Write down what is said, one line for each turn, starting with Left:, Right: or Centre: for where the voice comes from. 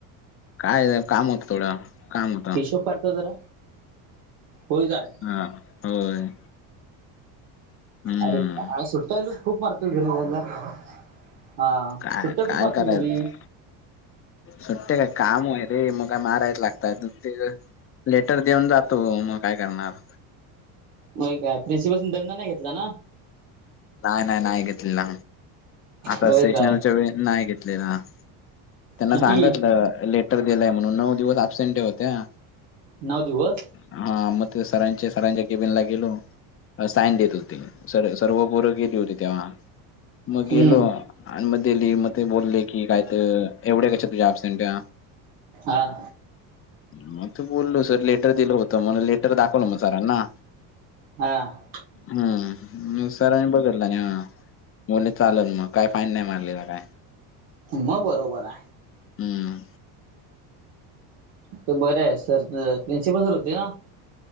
Left: काय गं काम होतं थोडं काम होतं.
Right: झोप काढतो जरा. होय काय
Left: हा होय. हम्म.
Right: अरे काय सुट्ट्या तु खूप मारतो घरी जायला- हा
Left: काय
Right: सु्ट्या खूप
Left: काय
Right: मारतो
Left: करायचं?
Right: घरी.
Left: सुट्टे काय काम आहे रे मग काय मारायच लागतय दु- लेटर देऊन जातो मग काय करणार-
Right: मग काय प्रिनसिपलस न दंड नाही घेतला ना-
Left: नाय नाय नाय घेतलेला. आता
Right: होय
Left: सेशनच्या
Right: काय
Left: वेळी नाही घेतलेला. त्यांना
Right: किती
Left: सांगतलं लेटर दिलाय म्हणून नऊ दिवस अबसेंटी होत्या.
Right: नऊ दिवस-
Left: हा मग ते सरांच्या, सरांच्या केबिन ला गेलो साइन देत होती सर सर्व- पोरं गेली होती तेव्हा. मग गेलो
Right: हम्म
Left: आन मग दिली मग ते बोलले की यात एवढ्या कश्या तुझ्या अपसेनट्या.
Right: आं.
Left: मग त बोललो सर लेटर दिलं होतं, मग लेटर दाखवलं मग सरांना.
Right: हां.
Left: हम्म, नु सरांनी बघितलं ना, बोलले चाललं मग काही फाईन नाही मारले बाबा.
Right: मग बरोबर हाय.
Left: हम्म
Right: ते बरं हे सर. प्रिन्सिपल सर होते का?